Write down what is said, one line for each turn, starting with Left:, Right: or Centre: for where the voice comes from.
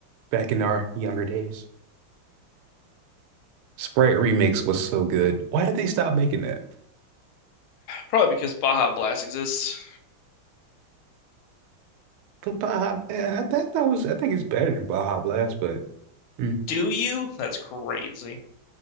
Right: back in our younger days, Sprite Remix was so good. Why did they stop making that?
Left: Probably because Baja Blast exists.
Right: But Baja, man, I thought that was. I think it's better than Baja Blast, but mm,
Left: Do you? That's crazy.